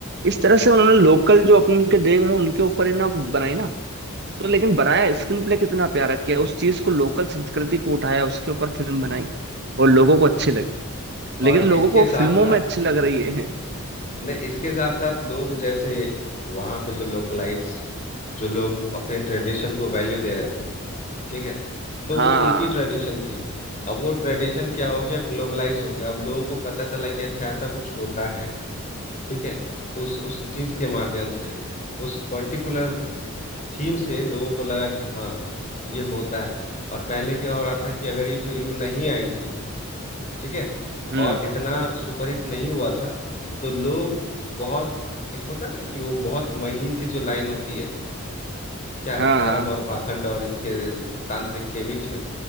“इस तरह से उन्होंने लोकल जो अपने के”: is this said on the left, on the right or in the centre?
Right